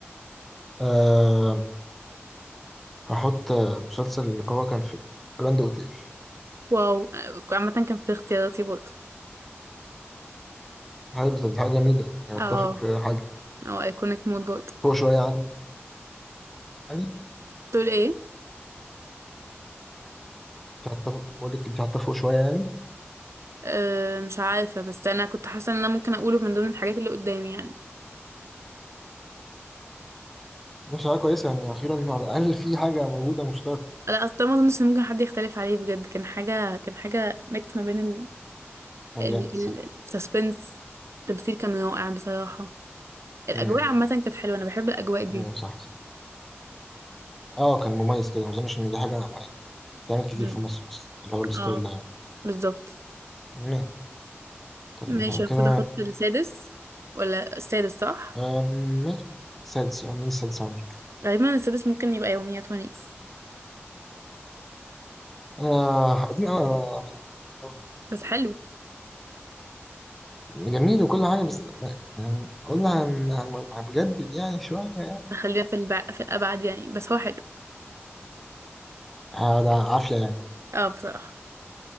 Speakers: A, in the centre; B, on the right (about 85°).
A: آه هحط آه، مسلسل اللي هو كان في الجراند اوتيل
B: واو عامة كان في اختياراتي برضه
A: حلو طب دي حاجة جميلة يعني
B: اه
A: اتفق في حاجة
B: او ايكونيك مود برضه
A: فوق شوية عن يعني
B: تقول ايه
A: تعتفق بقول لك انت هتتفقوا شويه يعني
B: أه مش عارفة بس انا كنت حاسة ان انا ممكن اقوله من ضمن الحاجات اللي قدامي يعني
A: مش حاجه كويسه يعني اخيرا على الاقل في حاجه موجوده مشتركه
B: لا اصل ده ما اظنش ان ممكن حد يختلف عليه بجد كان حاجه كان حاجه ميكس ما بين ال
A: كان
B: ال
A: جامد الصراحه
B: ال- السسبنس التمثيل كان رائع بصراحه الاجواء
A: امم
B: عامه كانت حلوه انا بحب الاجواء دي
A: أيوة صح صح اه كان مميز كده ما اظنش ان دي حاجه يعني بتتعمل كتير
B: مم.
A: في مصر اصلا اللي هو الستايل
B: اه
A: ده يعني
B: بالظبط
A: نعم. طيب
B: ماشي
A: نعم
B: المفروض
A: كده
B: احط السادس ولا السادس صح
A: آم، ماشي سادس اه مين السادس عندك؟
B: غالبا السادس ممكن يبقى يوميات ونيس
A: انا قديم قوي انا أوي.
B: بس حلو
A: جميل وكل حاجه بس يعني قلنا هن... هن... هنجدد يعني شويه يعني
B: خلينا في البع... في الابعد يعني بس هو حلو
A: آه، ده عافيه يعني
B: اه بصراحه